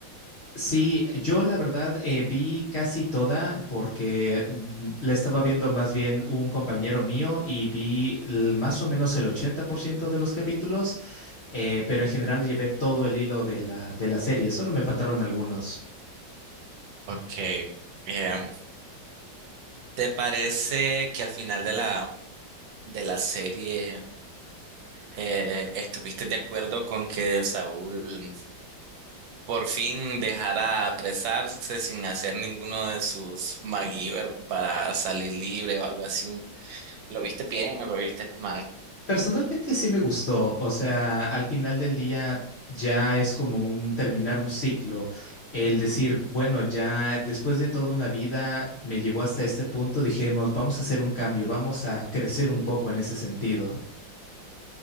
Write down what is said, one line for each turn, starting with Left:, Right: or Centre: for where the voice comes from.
Left: Sí, yo la verdad eh, vi casi toda porque mm, la estaba viendo más bien un compañero mío y vi l- más o menos el 80% de los capítulos, eh, pero en general llevé todo el hilo de la, de la serie, solo me faltaron algunos.
Right: Ok. eh, ¿te parece que al final de la, de la serie... eh, ¿estuviste de acuerdo con que Saúl por fin dejara apresarse sin hacer ninguno de sus MacGyver para salir libre o algo así? ¿Lo viste bien o lo viste mal?
Left: Personalmente sí me gustó, o sea, al final del día ya es como un terminar un ciclo, el decir, bueno, ya después de toda una vida me llevó hasta este punto, dijimos, vamos a hacer un cambio, vamos a crecer un poco en ese sentido.